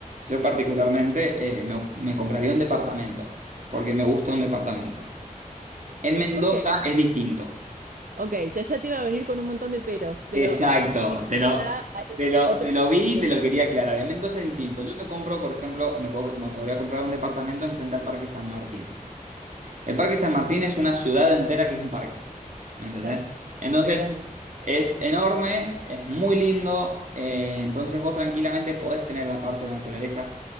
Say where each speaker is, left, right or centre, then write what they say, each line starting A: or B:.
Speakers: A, on the right; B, on the right.
A: yo particularmente eh, me, me compraría un departamento, porque me gusta un departamento. En Mendoza
B: ¿Por qué?
A: es distinto.
B: Ok, ya, ya te iba a venir con un montón de peros, pero
A: Exacto,
B: sí,
A: te lo,
B: ya hay
A: te lo,
B: otras
A: te lo vi
B: opciones.
A: y te lo quería aclarar. En Mendoza es distinto. Yo me compro, por ejemplo, me, po- me podría comprar un departamento enfrente al Parque San Martín. El Parque San Martín es una ciudad entera que es un parque. ¿Me entendés?
B: Claro,
A: Entonces,
B: arreglando
A: es enorme, es muy lindo. eh, entonces, vos tranquilamente podés tener la parte de naturaleza.